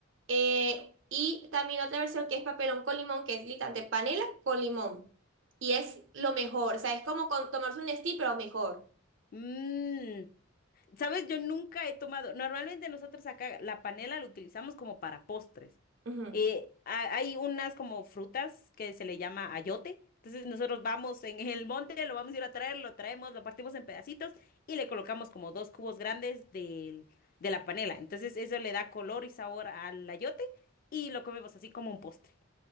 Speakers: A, on the right (about 60°); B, on the left (about 45°).
A: Eh, y también otra versión que es papelón con limón, que es literalmente panela con limón. Y es lo mejor, o sea, es como con tomarse un Nestí, pero mejor.
B: Mm. ¿Sabes? Yo nunca he tomado. Normalmente nosotros acá la panela la utilizamos como para postres.
A: Ujú.
B: Eh, ha- hay unas como frutas que se le llama ayote. Entonces nosotros vamos en el monte, lo vamos a ir a traer, lo traemos, lo partimos en pedacitos y le colocamos como dos cubos grandes del- de la panela. Entonces eso le da color y sabor al ayote y lo comemos así como un postre.